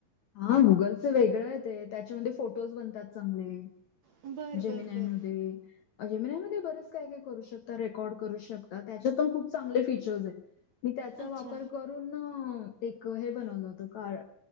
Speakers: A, on the left; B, on the right.
A: हा गुगलच वेगळाय ते त्याच्यामध्ये फोटोज बनतात चांगले
B: बर
A: जमिनायमध्ये
B: बर बर.
A: जेमिनाय मध्ये बरेच काय काय करू शकता रेकॉर्ड करू शकता तेच्यात पण खूप चांगले फीचर्स हायत. मी त्याचा
B: अच्छा
A: वापर करून एक हे बनवल होत काळ